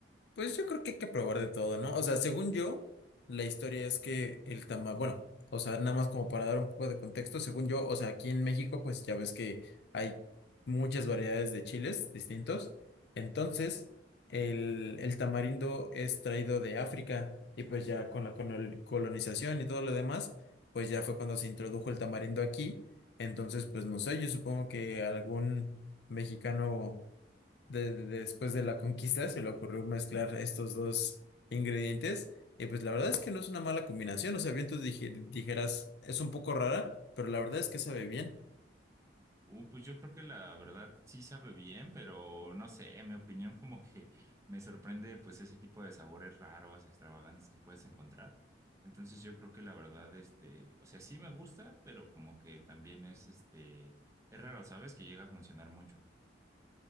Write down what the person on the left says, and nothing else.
Pues yo creo que hay que probar de todo, ¿no? O sea, según yo, la historia es que el tamal, bueno, o sea, nada más como para dar un poco de contexto, según yo, o sea, aquí en México, pues ya ves que hay muchas variedades de chiles distintos. Entonces, el, el tamarindo es traído de África y pues ya con la colon- colonización y todo lo demás, pues ya fue cuando se introdujo el tamarindo aquí. Entonces, pues no sé, yo supongo que algún mexicano de- de- después de la conquista, se le ocurrió mezclar estos dos ingredientes. Y pues la verdad es que no es una mala combinación. O sea, bien tú dije- dijeras, es un poco rara, pero la verdad es que sabe bien.